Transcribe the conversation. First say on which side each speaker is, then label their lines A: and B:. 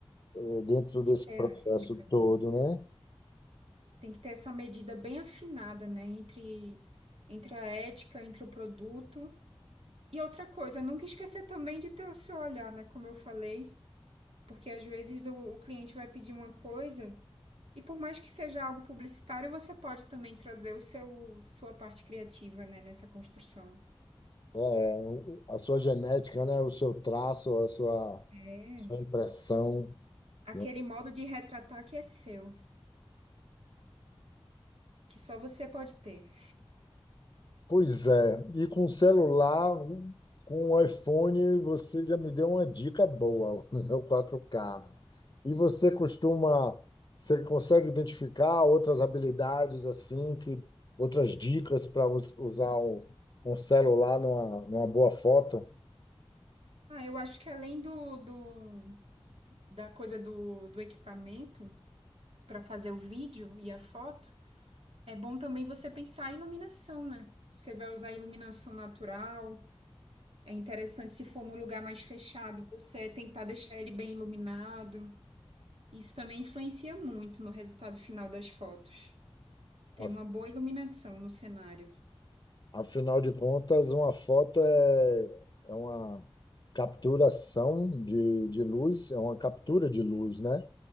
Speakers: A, on the left; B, on the right.
A: eh, dentro
B: Tem
A: desse
B: que ter
A: processo
B: a ética.
A: todo, né?
B: Tem que ter essa medida bem afinada, né? Entre, entre a ética, entre o produto. E outra coisa, nunca esquecer também de ter o seu olhar, né? Como eu falei. Porque às vezes o, o cliente vai pedir uma coisa e por mais que seja algo publicitário, você pode também trazer o seu sua parte criativa, né, nessa construção.
A: É, a sua genética, né? O seu traço, a sua,
B: É.
A: sua impressão.
B: Aquele
A: né?
B: modo de retratar que é seu, que só você pode ter.
A: Pois é, e com celular, um- com o iPhone, você já me deu uma dica boa, <laughs> o 4K. E você costuma, você consegue identificar outras habilidades assim, que outras dicas para usar um, um celular numa, numa boa foto?
B: Ah, eu acho que além do, do da coisa do, do equipamento para fazer o vídeo e a foto, é bom também você pensar a iluminação, né? Você vai usar iluminação natural, É interessante se for num lugar mais fechado, você tentar deixar ele bem iluminado. Isso também influencia muito no resultado final das fotos. Ter
A: Af-
B: uma boa iluminação no cenário.
A: Afinal de contas, uma foto é, é uma capturação de, de luz, é uma captura de luz, né?